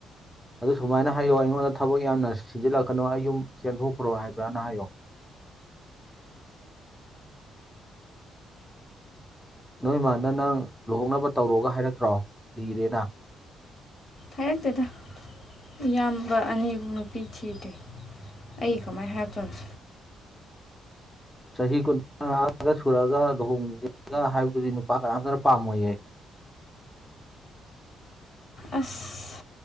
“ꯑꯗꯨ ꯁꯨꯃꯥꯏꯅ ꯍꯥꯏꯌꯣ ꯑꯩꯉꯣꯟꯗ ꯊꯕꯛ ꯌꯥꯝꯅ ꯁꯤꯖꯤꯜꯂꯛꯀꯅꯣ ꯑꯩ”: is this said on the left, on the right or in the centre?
Centre